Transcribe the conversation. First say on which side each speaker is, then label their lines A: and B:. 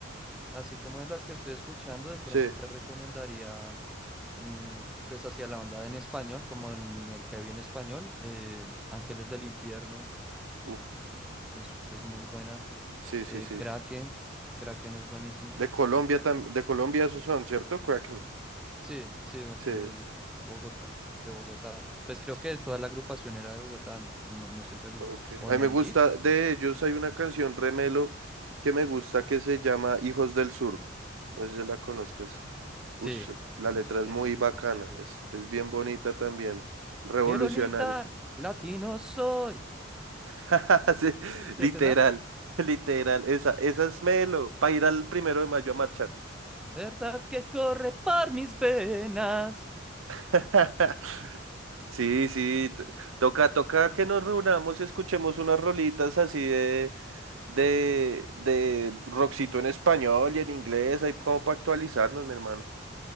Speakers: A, in the centre; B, on the right.
A: Así como de las que estoy escuchando, de pronto
B: Sí,
A: te recomendaría, mm, pues hacia la onda en español, como en el heavy en español, eh, Ángeles del Infierno
B: uff,
A: es, es muy buena.
B: sí, sí,
A: eh,
B: sí.
A: Kraken, Kraken es buenísima.
B: De Colombia también, de Colombia esos son, ¿cierto? Kraken.
A: Sí, sí,
B: Sí,
A: es
B: sí.
A: Bogotá, de Bogotá. Pues creo
B: sí.
A: que toda la agrupación era de Bogotá, no, no estoy seguro.
B: Ok.
A: ¿O
B: A
A: de
B: mí
A: Medellín?
B: me gusta, de ellos hay una canción Remelo que me gusta que se llama Hijos del Sur. No sé si la conozcas. Ush,
A: Sí,
B: la letra
A: sí,
B: es muy
A: sí, sí,
B: bacana,
A: sí, sí, sí.
B: es, es bien bonita también, revolucionaria.
A: Quiero gritar, latino soy.
B: <laughs> Sí,
A: ¿Sí, sí,
B: literal,
A: es esa?
B: literal, esa, esa es Melo, para ir al primero de mayo a marchar.
A: ¿Verdad que corre por mis venas?
B: <laughs> Sí, sí, t- toca, toca que nos reunamos y escuchemos unas rolitas así de, de, de rockcito en español y en inglés, ahí como para actualizarnos, mi hermano.